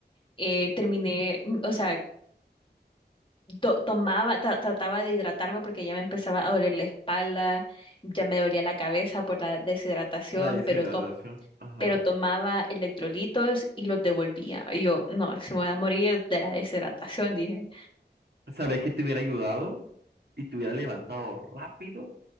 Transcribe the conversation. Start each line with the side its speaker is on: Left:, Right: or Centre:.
Left: eh, terminé, mm, o sea, to- tomaba, tra- trataba de hidratarme porque ya me empezaba a doler la espalda, ya me dolía la cabeza por la deshidratación,
Right: La deshidratación.
Left: pero to-
Right: Ajá.
Left: pero tomaba electrolitos y los devolvía. Y yo, no, si me voy a morir de la deshidratación, dije.
Right: Sabes que te hubiera ayudado y te hubiera levantado rápido